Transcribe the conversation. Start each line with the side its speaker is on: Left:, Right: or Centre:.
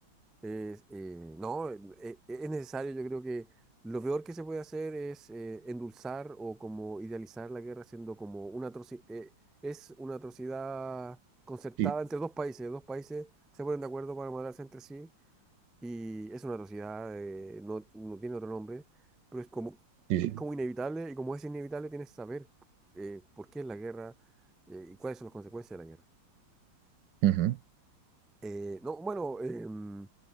Centre: eh, eh, no, eh, eh, es necesario, yo creo que lo peor que se puede hacer es eh, endulzar o como idealizar la guerra siendo como una atroci- eh, es una atrocidad concertada
Right: Sí,
Centre: entre dos países, dos países se ponen de acuerdo para matarse entre sí y es una atrocidad, eh, no, no tiene otro nombre, pero es como,
Right: sí, sí.
Centre: es como inevitable y como es inevitable tienes que saber eh, por qué es la guerra eh, y cuáles son las consecuencias de la guerra.
Right: Ujú.
Centre: Eh, no, bueno, em,